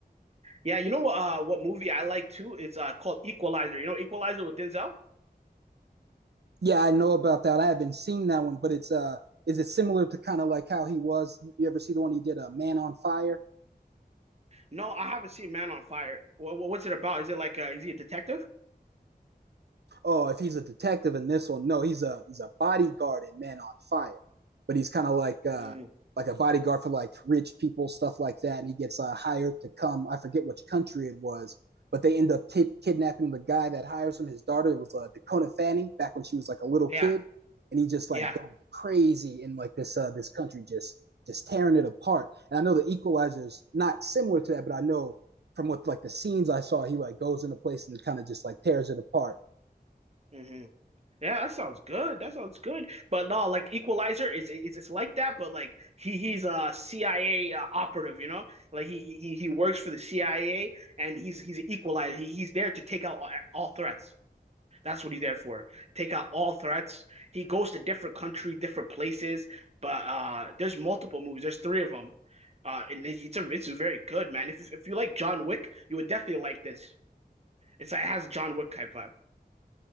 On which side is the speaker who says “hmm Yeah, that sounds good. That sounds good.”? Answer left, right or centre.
Right